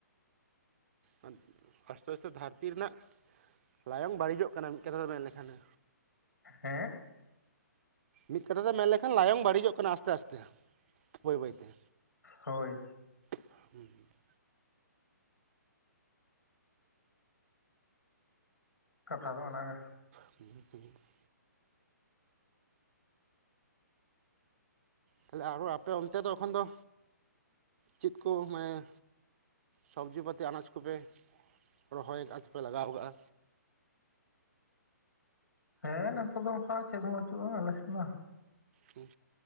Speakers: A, on the right; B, on the left.
A: ᱦᱮᱸ ᱟᱥᱛᱮ ᱟᱥᱛᱮ ᱫᱷᱟᱹᱨᱛᱤ ᱨᱮᱱᱟᱜ ᱞᱟᱭᱚᱝ ᱵᱟᱹᱲᱤᱡᱚᱜ ᱠᱟᱱᱟ᱾ ᱢᱤᱫ ᱠᱟᱛᱷᱟ ᱛᱮ ᱢᱮᱱ ᱞᱮᱠᱷᱟᱱᱮ᱾
B: ᱦᱮᱸ?
A: ᱢᱤᱫ ᱠᱟᱛᱷᱟ ᱛᱮ ᱢᱮᱱ ᱞᱮᱠᱷᱟᱱ ᱞᱟᱭᱚᱝ ᱵᱟᱹᱲᱤᱡᱚᱜ ᱠᱟᱱᱟ ᱟᱥᱛᱮ ᱟᱥᱛᱮ ᱵᱟᱹᱭ ᱵᱟᱹᱭ ᱛᱮ᱾
B: ᱦᱳᱭ᱾
A: ᱦᱩᱸ ᱾
B: ᱠᱟᱛᱷᱟ ᱫᱚ ᱚᱱᱟ ᱜᱮ᱾
A: <inaudible> ᱛᱟᱦᱚᱞ ᱟᱨᱚ ᱟᱯᱮ ᱚᱱᱛᱮ ᱫᱚ ᱮᱠᱷᱚᱱ ᱫᱚ ᱪᱮᱫ ᱠᱚ ᱢᱟᱱᱮ ᱥᱚᱵᱽᱡᱤ-ᱯᱟᱹᱛᱤ, ᱟᱱᱟᱡᱽ ᱠᱚᱯᱮ ᱨᱚᱦᱚᱭ ᱟᱠᱟᱫ ᱪᱮᱯᱮ ᱞᱟᱜᱟᱣ ᱠᱟᱜᱼᱟ?
B: ᱦᱮᱸ ᱱᱮᱛᱚᱜ ᱫᱚ ᱚᱱᱠᱟ ᱪᱮᱫ ᱦᱚᱸ ᱵᱪᱩᱜᱼᱟ, ᱟᱞᱮᱥᱮᱫ ᱫᱚ᱾
A: ᱦᱩᱸ᱾